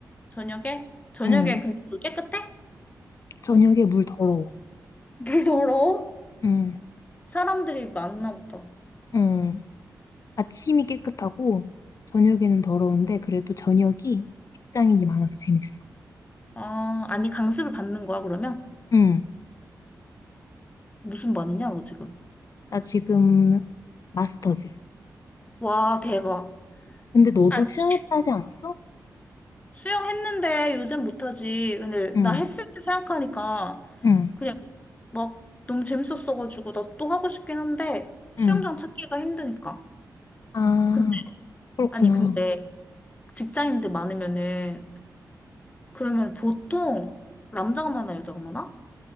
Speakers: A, on the left (about 20°); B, on the left (about 55°).
A: 저녁에? 저녁에
B: 응,
A: 근데 물 깨끗해?
B: 저녁에 물 더러워.
A: <laughs> 물 더러워?
B: 응,
A: 사람들이 많나 보다.
B: 응. 아침이 깨끗하고, 저녁에는 더러운데, 그래도 저녁이 직장인이 많아서 재밌어.
A: 아, 아니 강습을 받는 거야, 그러면?
B: 응,
A: 무슨 반이냐, 너 지금?
B: 나 지금 마스터즈.
A: 와, 대박.
B: 근데 너도
A: 아, 치-
B: 수영했다 하지 않았어?
A: 수영했는데 요즘 못하지. 근데 나
B: 응,
A: 했을 때 생각하니까
B: 응,
A: 그냥 막 너무 재밌었어가지고 나 또 하고 싶긴 한데 수영장
B: 응.
A: 찾기가 힘드니까.
B: 아,
A: 근데,
B: 그렇구나.
A: 아니, 근데 직장인들 많으면은 그러면 보통 남자가 많아, 여자가 많아?